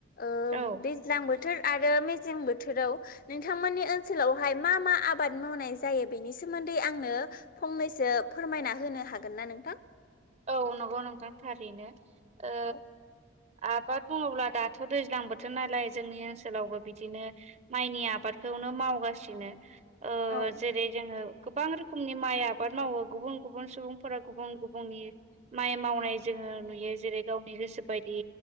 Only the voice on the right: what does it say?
औ
औ नंगौ नोंथां थारैनो ओ
आबाद बुङोब्ला दाथ दैज्लां बोथोर नालाय जोंनि ओनसोलावबो बिदिनो माइनि आबादखौ नो मावगासिनो ओ
जेरै जोङो गोबां रोखोमनि माइ आबाद मावो गुबुन गुबुन सुबुंफोरा गुबुन गुबुननि माइ मावनाय जोङो नुयो जेरै गावनि गोसो बायदि